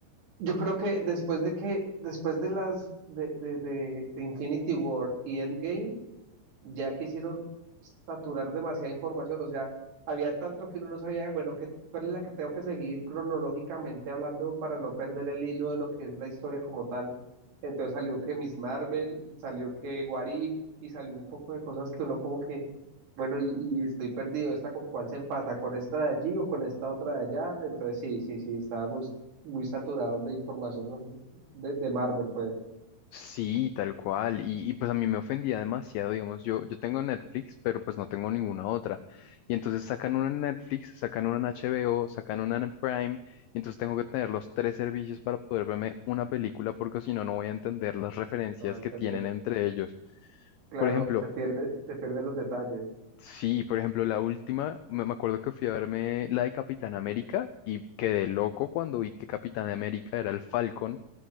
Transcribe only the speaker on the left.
Sí, tal cual. Y, y, pues a mí me ofendía demasiado, digamos, yo, yo tengo Netflix, pero pues no tengo ninguna otra. Y entonces sacan una en Netflix, sacan una en HBO, sacan una en Prime, y entonces tengo que tener los tres servicios para poder verme una película, porque si no, no voy a entender las referencias
que tienen entre ellos.
Por ejemplo,
sí, por ejemplo, la última, me, me acuerdo que fui a verme la de Capitán América y quedé loco cuando vi que Capitán América era el Falcon